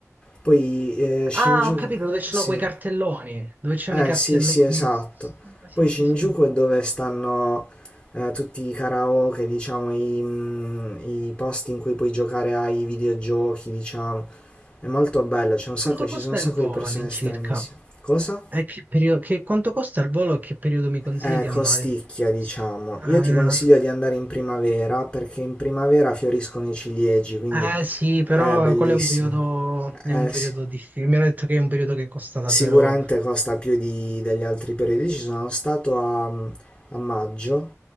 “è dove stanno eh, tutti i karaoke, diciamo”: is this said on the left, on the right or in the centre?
Left